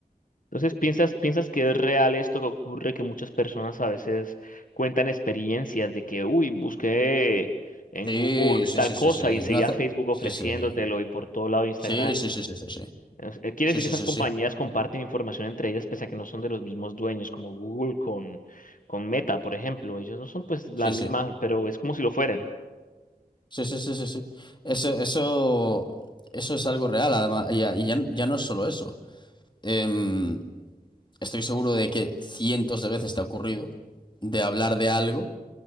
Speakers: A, on the left; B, on the left.
A: Entonces, ¿piensas, piensas que es real esto que ocurre, que muchas personas a veces cuentan experiencias de que, uy, busqué en
B: Sí,
A: Google
B: sí,
A: tal
B: sí,
A: cosa
B: sí, sí.
A: y enseguida
B: No hace-
A: Facebook ofreciéndotelo
B: Sí, sí.
A: y por todo lado Instagram?
B: Sí, sí, sí, sí, sí, sí.
A: Es- eh, Quiere
B: Sí,
A: decir
B: sí,
A: que esas
B: sí,
A: compañías
B: sí.
A: comparten información entre ellas pese a que no son de los mismos dueños, como Google con, con Meta, por ejemplo. Ellos no son pues la
B: Sí,
A: misma,
B: sí,
A: pero es como si lo fueran.
B: sí, sí, sí, sí, sí. Eso, eso, eso es algo real, además, y ya, y ya, ya no es solo eso. Em, estoy seguro de que cientos de veces te ha ocurrido de hablar de algo,